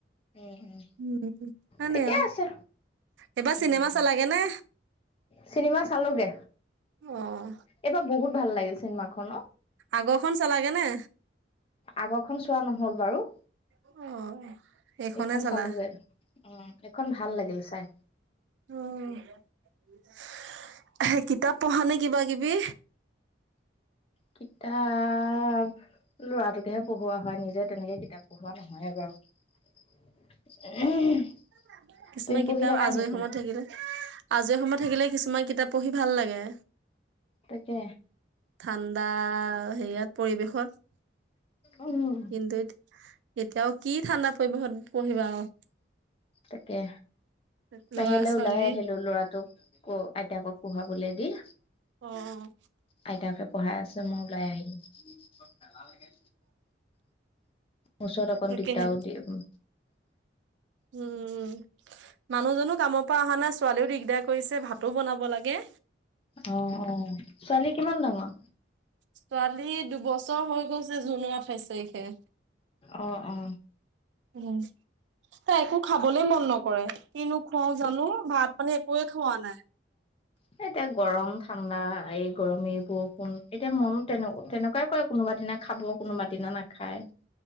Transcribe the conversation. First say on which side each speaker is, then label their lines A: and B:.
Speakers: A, on the left (about 30°); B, on the right (about 75°).
A: উম উম
B: উম-উম-উম, ইমানে
A: ঠিকে
B: আও
A: আছে
B: এইবাৰ
A: উম,
B: চিনেমা চালাগে নে?
A: চিনেমা চালোগে,
B: অ',
A: এইবাৰ বহুত ভাল লাগিল চিন-মা খন ন?
B: আগৰখন চালাগে নে?
A: আগৰ-খন চোৱা নহল বাৰু
B: অ', এইখনে
A: এইখন
B: চালা?
A: চালোগৈ, উম এইখন ভাল লাগিল চাই
B: উম, <unintelligible> কিতাপ পহা নে কিবা-কিবি?
A: কিতাপ, ল'ৰাটোকহে পহুৱা হয় নিজে তেনেকে কিত কিতাপ পঢ়োৱা নহয়ে বাৰু, <unintelligible>
B: ঔ-মা বৌলা কিছুমান
A: তুমি
B: কিতাপ
A: পঢ়ি থাকা
B: আজৰি
A: নেকি
B: সময়ত থাকিলে, <unintelligible> আজৰি সময়ত থাকিলে কিছুমান কিতাপ পহি ভাল লাগে।
A: তাকে।
B: ঠাণ্ডা, হেৰিয়াত পৰিৱেশত।
A: উম।
B: কিন্তুত, এতিয়াও কি ঠাণ্ডাত পৰিবেশত পঢ়িবা আও।
A: তাকে,
B: আৰু ল'ৰা
A: বাহিৰলৈ
B: ছোৱালী
A: ওলাই আহিলো লৰাটোক ক আইতাকক পহুৱাবলৈ দি
B: অ',
A: আইতাকে পঢ়াই আছে মই ওলাই আহিলো <unintelligible> এলাহ লাগে ওচৰত অকণ
B: তাকেহে
A: দিগদাৰো দিয়ে উম।
B: উম, মানুহজনো কামপ পা মানে ছোৱালীও দিগদাৰ কৰিছে ভাতো বনাব লাগে।
A: অ', অ', ছোৱালী কিমান ডাঙৰ?
B: ছোৱালী দুবছৰ হৈ গৈছে জুনৰ আঠাইশ তাৰিখে।
A: অ', অ'।
B: উম, তাই একো খাবলে মন নকৰে কিনো খুৱাও জানো? ভাত-পানী একোৱে খোৱা নাই।
A: এ এতিয়া গৰম ঠাণ্ডা, এই গৰম এইবোৰ কোন এতিয়া মন তেনে-তেনেকুৱাই কৰে, কোনোবা দিনা খাব কোনোবা দিনা নাখায়।